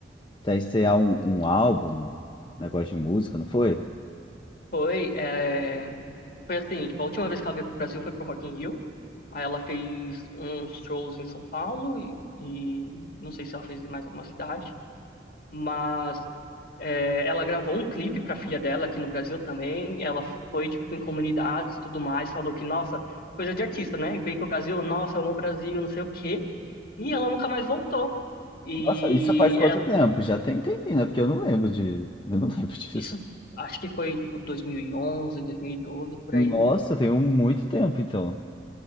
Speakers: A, on the left; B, on the left.
A: pra estrear um, um álbum, um negócio de música, não foi?
B: Foi, é, foi assim, tipo, a última vez que ela veio pro Brasil foi pro Rock in Rio. Aí ela fez uns shows em São Paulo e, e não sei se ela fez em mais alguma cidade, mas é, ela gravou um clipe para a filha dela aqui no Brasil também. Ela foi tipo em comunidades e tudo mais, falou que nossa, coisa de artista, né? E veio pro Brasil, nossa, eu amo o Brasil, não sei o quê. E ela nunca mais voltou. E
A: Nossa, isso faz quanto
B: ela,
A: tempo? Já tem tempinho, né? Porque eu não lembro de. Eu não <laughs> lembro disso.
B: isso acho que foi tipo 2011, 2012 por
A: Nossa,
B: aí.
A: tem um muito tempo, então.